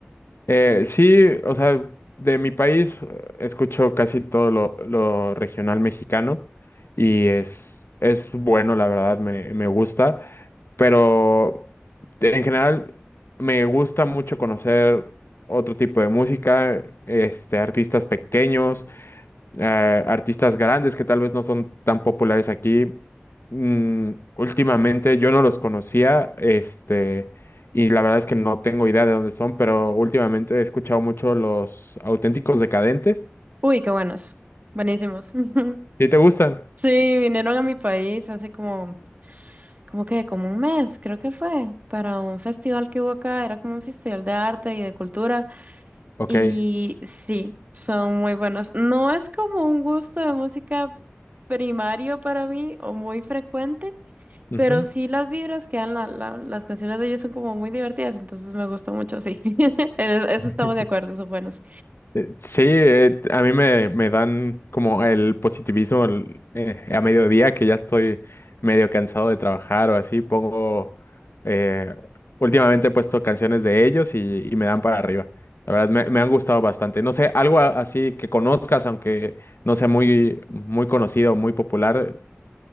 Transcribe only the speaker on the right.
Uy, qué buenos, buenísimos. <laughs>
Sí, vinieron a mi país hace como, como que, como un mes, creo que fue, para un festival que hubo acá, era como un festival de arte y de cultura.
Y sí, son muy buenos. No es como un gusto de música primario para mí o muy frecuente,
pero sí las vibras que dan la- la- las canciones de ellos son como muy divertidas, entonces me gusta mucho, sí. <laughs> En es- eso
estamos de acuerdo, son buenos.